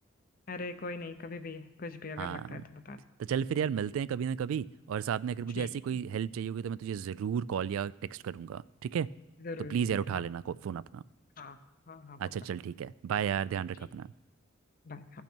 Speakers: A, on the left (about 45°); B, on the right (about 85°).
A: अरे कोई नहीं कभी भी कुछ भी
B: हाँ
A: अगर लगता है तो बताना
B: तो चल फिर यार मिलते हैं कभी ना कभी और साथ में अगर मुझे
A: ठीक
B: ऐसी कोई हेल्प चाहिए होगी तो मैं तुझे ज़रूर कॉल या टेक्स्ट करूँगा ठीक है
A: जरूर
B: तो प्लीज़
A: जरूर
B: यार उठा
A: हाँ
B: लेना फ़ोन अपना
A: हाँ हाँ हाँ पक्का
B: अच्छा चल ठीक है बाय यार ध्यान रख
A: ठीक
B: अपना
A: बाय